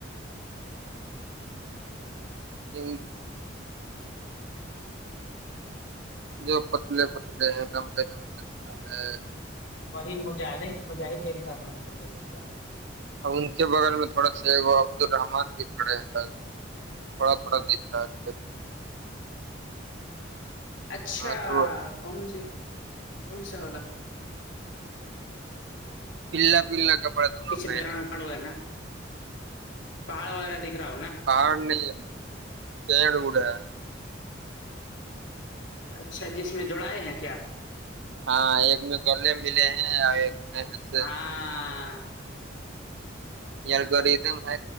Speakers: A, on the right (about 65°); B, on the left (about 80°).
A: تو جو پتلے پتلے ہیں لمبے لم <unintelligible>
B: وہی مجاہدہ اس
A: اب ان کے بغیر میں تھوڑا سی عبدالرحمن بھی پڑے ہیں تھوڑا تھوڑا رہا ہے چہرہ۔
B: اچھا
A: ہاں تو
B: کون سا
A: الا باللہ کپڑا دونوں
B: پیچھے
A: پہ
B: <unintelligible> وغیرہ دکھ رہا
A: کیا روڈ ہے
B: اچھا جس میں دوڑائے ہیں
A: ہاں ایک میں کر لیں ملے ہیں ایک ایسے
B: ہاں
A: یلگورتھم ہے